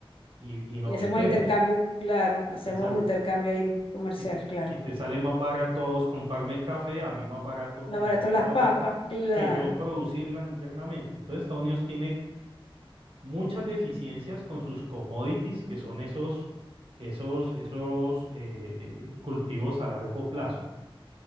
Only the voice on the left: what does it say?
Y hacemos
intercambio, claro. Hacemos
intercambio ahí comercial,
claro.
más barato las
papas,
claro.